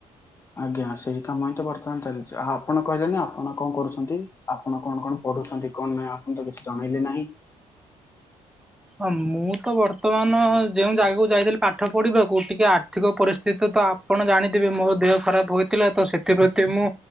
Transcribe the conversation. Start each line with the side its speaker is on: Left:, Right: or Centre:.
Left: ଆଜ୍ଞା ସେଇ କାମ ହିଁ ତ ବର୍ତ୍ତମାନ ଚାଲିଛି। ଆଉ ଆପଣ କହିଲେନି ଆପଣ କଣ କରୁଛନ୍ତି? ଆପଣ କଣ କଣ ପଢୁଛନ୍ତି କଣ ନାହିଁ? ଆପଣ ତ କିଛି ଜଣେଇଲେ ନାହିଁ।
Centre: ହଁ ମୁଁ ତ ବର୍ତ୍ତମାନ ଯେଉଁ ଜାଗାକୁ ଯାଇଥିଲି ପା ପାଠ ପଢିବାକୁ ଟିକେ ଆର୍ଥିକ ପରିସ୍ଥିତି ତ ଆପଣ ଜାଣିଥିବେ ମୋ ଦେହ ଖରାପ ହୋଇଥିଲା ତ ସେଥିପ୍ରତି ମୁଁ